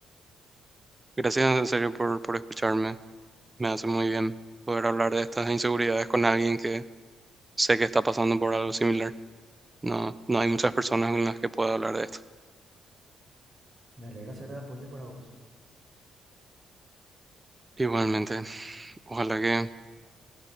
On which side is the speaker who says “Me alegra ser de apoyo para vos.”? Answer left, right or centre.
Right